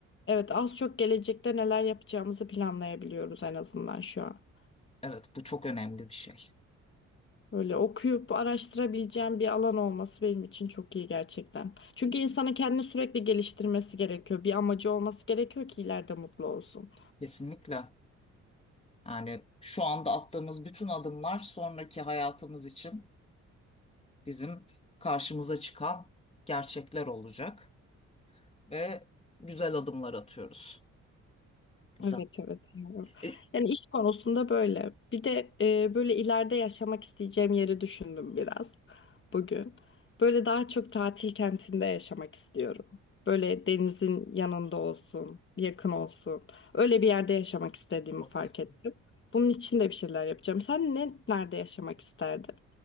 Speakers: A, on the left (about 40°); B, on the left (about 20°).
A: evet az çok gelecekte neler yapacağımızı planlayabiliyoruz en azından şu an.
B: Evet bu çok önemli bir şey.
A: Böyle okuyup araştırabileceğim bir alan olması benim için çok iyi gerçekten. Çünkü insanın kendini sürekli geliştirmesi gerekiyor. Bir amacı olması gerekiyor ki ileride mutlu olsun.
B: Kesinlikle. Yani şu anda attığımız bütün adımlar sonraki hayatımız için bizim karşımıza çıkan gerçekler olacak ve güzel adımlar atıyoruz. Güzel.
A: Evet evet. evet.
B: E,
A: Yani iş konusunda böyle. Bir de e, böyle ileride yaşamak isteyeceğim yeri düşündüm biraz bugün. Böyle daha çok tatil kentinde yaşamak istiyorum. Böyle denizin yanında olsun, yakın olsun. Öyle bir yerde yaşamak istediğimi
B: Okey.
A: fark ettim. Bunun için de bir şeyler yapacağım. Sen ne nerede yaşamak isterdin?